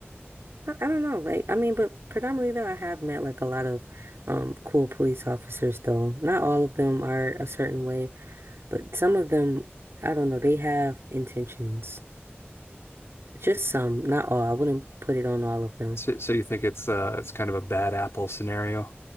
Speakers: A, on the right; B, on the left.
A: I, I don't know. Like I mean, but predominantly though I have met like a lot of um cool police officers though. Not all of them are a certain way, but some of them, I don't know, they have intentions. Just some, not all. I wouldn't put it on all of them.
B: So, so you think it's uh it's kind of a bad apple scenario?